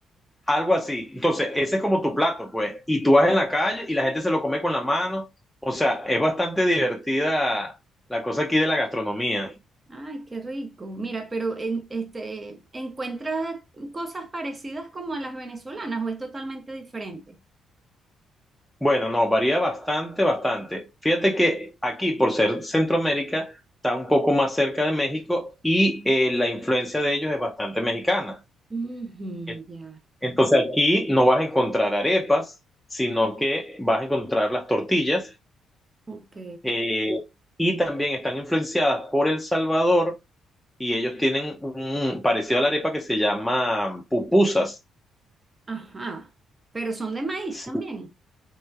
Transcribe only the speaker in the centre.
algo así. Entonces, ese es como tu plato, pues. Y tú vas en la calle y la gente se lo come con la mano. O sea, es bastante divertida la cosa aquí de la gastronomía.
Bueno, no, varía bastante, bastante. Fíjate que aquí, por ser Centroamérica, está un poco más cerca de México y eh, la influencia de ellos es bastante mexicana.
En-
Entonces aquí no vas a encontrar arepas, sino que vas a encontrar las tortillas
eh, y también están influenciadas por El Salvador y ellos tienen un parecido a la arepa que se llama pupusas.
Si